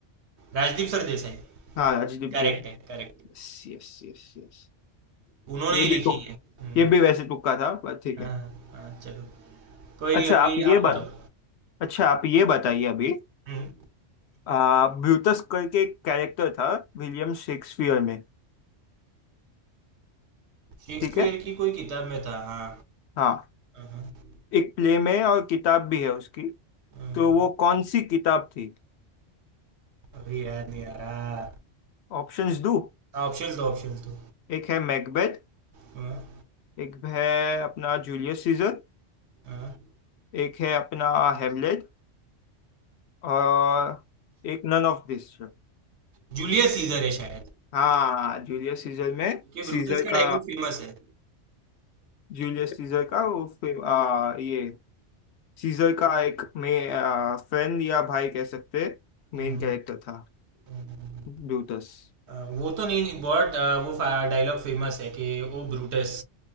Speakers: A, on the right (about 65°); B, on the left (about 70°).
A: Rajdeep Sardesai
B: हाँ राजदीप
A: Correct
B: दे
A: है करेक्ट
B: Yes yes yes yes
A: उन्होंने
B: ये
A: ही लिखी
B: भी तो
A: है हम्म,
B: ये भी वैसे तुक्का था बट ठीक
A: हाँ
B: है
A: हाँ चलो कोई
B: अच्छा
A: नहीं अभी
B: आप ये
A: आप
B: बात
A: बताओ
B: अच्छा आप ये बताइए अभी
A: हम्म
B: आ, ब्रूटस करके एक कैरेक्टर था विलियम शेक्सपियर में
A: शेक्सपियर
B: ठीक है
A: की कोई किताब में था हाँ
B: हाँ
A: हाँ,
B: एक प्ले में और किताब भी है उसकी
A: हाँ,
B: तो
A: हाँ।
B: वो कौन सी किताब थी
A: अभी याद नहीं आ रहा
B: ऑप्शंस दो
A: ऑप्शन दो ऑप्शन दो
B: एक है मैकबेथ
A: हाँ
B: एक है अपना जूलियस सीजर
A: हाँ
B: एक है अपना हेमलेट और एक नन ऑफ दिस
A: जूलियस सीजर है शायद
B: हाँ जूलियस सीजर में
A: कि ब्रूटस
B: सीजर
A: का
B: का
A: डायलॉग फेमस है
B: जूलियस सीजर का वो फे- आ, ये सीजर का एक में फ्रेंड या भाई कह सकते मेन
A: हम्म,
B: कैरेक्टर था
A: हम्म,
B: ब्यूटस
A: हाँ, वो तो नहीं बहुत आ, वो डायलॉग फेमस है कि ओ ब्रूटस